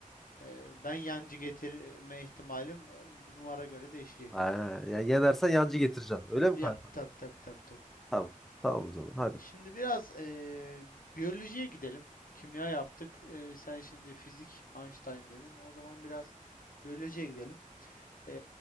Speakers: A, on the left (about 80°); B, in the centre.
A: e, ben yancı getirme ihtimalim e, bunlara göre değişecek.
B: Ha, ya yenersen yancı getireceksin. Öyle mi
A: Ya
B: kankam?
A: tabii tabii tabii tabii.
B: Tamam. Tamam o zaman hadi.
A: E, şimdi biraz e, biyolojiye gidelim. Kimya yaptık. E, sen şimdi fizik Einstein dedin. O zaman biraz biyolojiye gidelim. e,